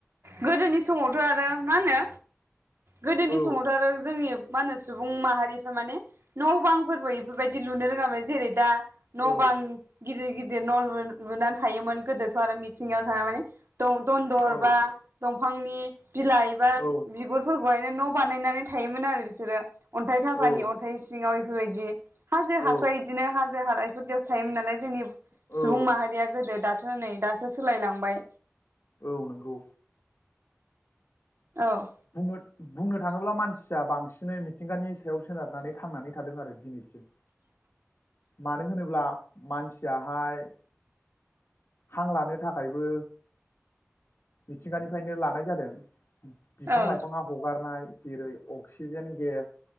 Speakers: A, on the right; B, on the left.
A: गोदोनि समावथ' आरो मा होनो? गोदोनि
B: औ
A: समावथ' आरो जोंनि मा होनो सुबुं माहारिफ्रा माने न' बां फोरबो इफोरबायदि लुनो रोङामोन जेरै दा न'
B: औ
A: बां गिदिर गिदि दिर न' लु-लुनानै थायोमोन गोदोथ' आरो मिथिंगायावनो थाना माने दं दन्दर
B: औ
A: बा दं फांनि बिलाइबा
B: औ
A: बिगुरफोर बहायनो न' बानायनानै थायोमोन आरो बिसोरो। अन्थाइ थाफानि
B: औ
A: अन्थाइ सिङाव फोरबायदि। हाजो
B: औ
A: हाख्राय इदिनो हाजो जोहालाय इफोरदियावसो थायोमोन नालाय जोंनि
B: औ
A: सुबुं माहारिया गोदो दाद <unintelligible> नै दासो सोलायलांबाय।
B: औ नंगौ।
A: औ
B: <unintelligible> बुंनो थाङोब्ला मानसिया बांसिनै मिथिंगानि सायाव सोनारनानै थांनानै थादों आरो दिनैसिम मानो होनोब्ला मानसियाहाय हां लानो थाखायबो मिथिंगानिफायनो लानाय जादों। बिफां
A: औ
B: लाइफाङा हगारनाय जेरै अक्सिजेन गेस